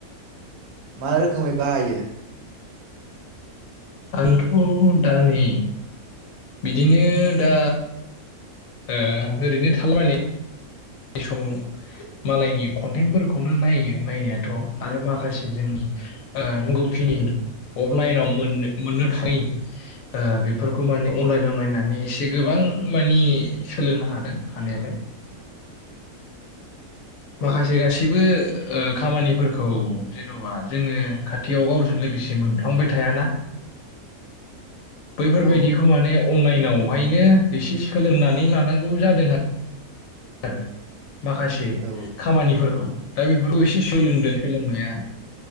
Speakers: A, on the right (about 80°); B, on the left (about 70°).
A: मा रोखोमै बाहायो?
B: आंथ' दा नै बिदिनो दा ओ ओरैनो थालाबायनाय बे समाव मालायनि कन्टेन्टफोरखौनो नायो नायनायाथ' आरो माखासे जोंनि ओ नांगौखिनि अफलाइनाव मोननो थाङि ओ बेफोरखौ माने अनलाइनाव नायनानै एसे गोबां मानि सोलोंनो हादों हायालाय माखासे
A: औ
B: गासिबो ओ खामानिफोरखौ जेन'बा जोङो खाथियाव गावजों लोगोसे मोनफ्लांबाय थायाना बैफोरबायदिखौ
A: औ
B: माने अनलाइनावहायनो एसे सोलोंनानै लानांगौ जादों आरो आरो माखासे
A: औ
B: खामानिफोरखौ दा बेफोरखौ एसे सोलोंदों सोलोंनाया